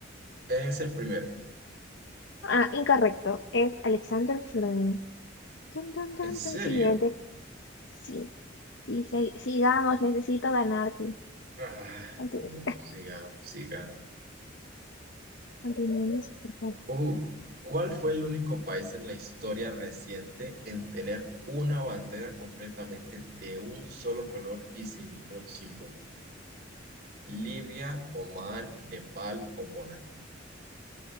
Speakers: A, on the right; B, on the left.
A: Es el primero.
B: Ah, incorrecto. Es Alexander Fleming. Dun, dun, dun,
A: ¿En serio?
B: dun. Siguiente. Sí, sí, sí, sigamos, necesito ganarte.
A: Ah,
B: Continu-
A: bueno, sigamos, sigamos.
B: Continuemos, por favor.
A: Ojo, ¿cuál fue el único país en la historia reciente en tener una bandera completamente de un solo color y sin ningún símbolo? ¿Libia, Omán, Nepal o Mónaco?